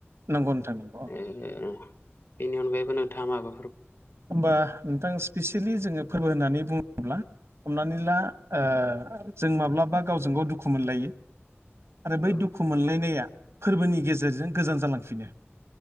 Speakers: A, on the right; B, on the left.
A: नंगौ नोंथां नंगौ
B: बेनि अनगायैबो नोंथाङा माबा
A: होमबा नोंथां स्पेसियेलि जोङो फोरबो होननानै बुङो होनब्ला हमनानै ला ओ जों माब्लाबा गावजों गाव दुखु मोनलायो आरो
B: नामा
A: बै
B: औ
A: दुखु मोनलायनाया फोरबोनि गेजेरजों गोजान जालांफिनो।